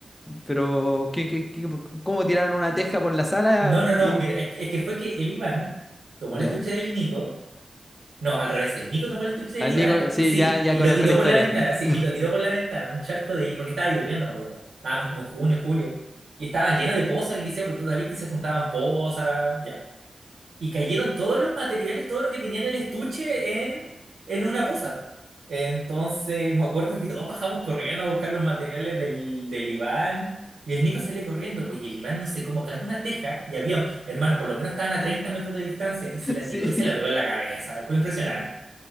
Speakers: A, on the left; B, on the right.
A: Pero, ¿qué, qué, qué- cómo tiraron una teja por la sala
B: No, no, no,
A: y...
B: mira, es que, es que fue que el Iván tomó
A: ¿Ya?
B: el estuche del Nico, no, al revés, el Nico tomó el estuche del
A: Al
B: Iván,
A: Nico, sí,
B: sí,
A: ya, ya
B: y
A: conozco
B: lo tiró
A: la historia.
B: por la ventana,
A: <laughs>
B: sí, y lo tiró por la ventana, un charco de, porque estaba lloviendo, me acuerdo, estábamos como junio, julio, y estaba lleno de pozas el liceo, porque tú sabías que se juntaban pozas, ya. Y cayeron todos los materiales, todo lo que tenía en el estuche en, en una poza. Entonces, me acuerdo que todos bajamos corriendo a buscar los materiales del, del Iván. Y el Nico salió corriendo, pues, y el Iván no sé cómo agarró una teja. Y había, hermano, por lo menos estaban a 30 metros de distancia. Y se la
A: Sí.
B: tiró y se la pegó en la cabeza. Fue impresionante.